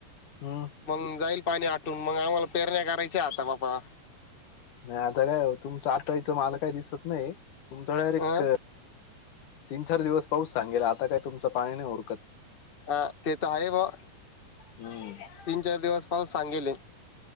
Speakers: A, on the left; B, on the left.
A: हम्म
B: मग जाईल पाणी आ मग आम्हाला पेरण्या करायच्या आता बापा
A: नाही आता काय तुमच आटाईच माल काय दिसत नाही तुमचा डायरेक्
B: अं
A: तीन चार दिवस पाऊस सांगेला आता काय तुमचं पाणी नाही ऊरकत
B: हा ते तर आहे ब
A: हम्म
B: तीन चार दिवस पाऊून सांगेले